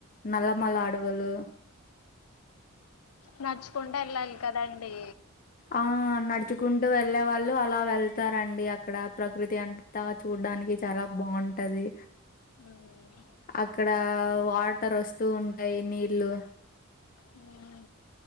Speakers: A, on the left (about 40°); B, on the left (about 90°).
A: నల్లమల్ల అడవులు
B: నడుచుకుంట వెళ్ళాలి కదాండి.
A: ఆ నడుచుకుంటూ వెళ్ళే వాళ్ళు అలా వెళ్తారండి అక్కడ ప్రకృతి అంత చూడటానికి చాలా బాగుంటది
B: ఉమ్
A: అక్కడ వాటర్ వస్తూ ఉంటాయి. నీళ్ళు
B: ఉ